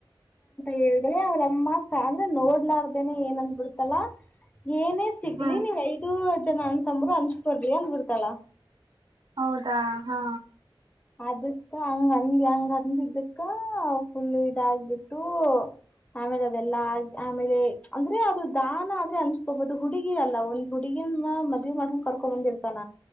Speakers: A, on the left; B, on the right.
A: ಹೇಳದೇ ಅವ್ರಮ್ಮ ಸಾಂದ್ರೆ ನೋಡ್ಲಾರ್ದೇನೆ ಏನ್ಂದ ಬಿಡ್ತಲ್ಲಾ. ಏನೇ ಸಿಗ್ಲಿ
B: ಹ್ಮ್
A: ನೀವ್ ಐದು ಜನ ಅನತಂಬರು ಹಂಚಕೊರಿ ಅಂದ್ಬಿಡ್ತಾಳ.
B: ಹೌದಾ ಹಾ
A: ಅದಕ್ಕ ಹಂಗಂದ ಹೆಂಗ್ ಅಂದಿದ್ದಕ್ಕ ಫುಲ್ ಇದಾಗ ಬಿಟ್ಟು ಆಮೇಲೆ ಅದೆಲ್ಲಾ ಆ ಆಮೇಲೆ ಅಂದ್ರೆ ಅದು ದಾನ ಆದ್ರೆ ಅನ್ಸ್ಕೋಬಹುದು ಹುಡುಗಿ ಅಲ್ಲ ಒಂದ ಹುಡುಗಿ ಹಿನ್ಮ್ ಮದ್ವಿ ಮಾಡಕೊಂಡ ಕರ್ಕೊ ಬಂದಿರ್ತಾನ?